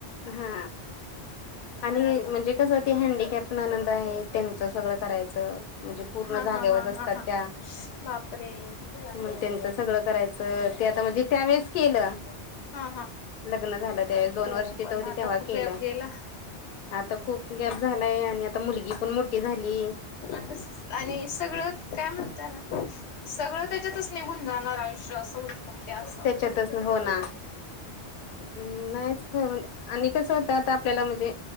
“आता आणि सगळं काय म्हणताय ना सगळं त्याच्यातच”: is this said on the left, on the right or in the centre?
Left